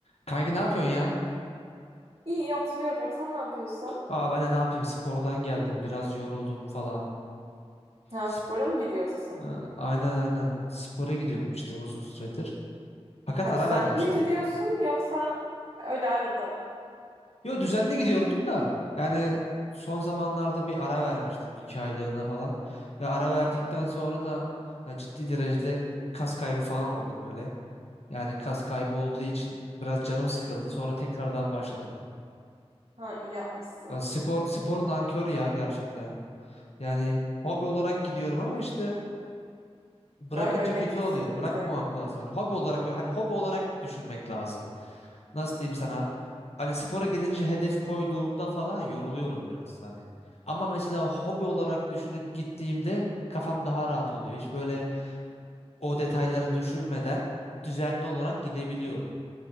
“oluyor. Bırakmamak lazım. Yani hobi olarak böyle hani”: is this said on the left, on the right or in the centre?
Left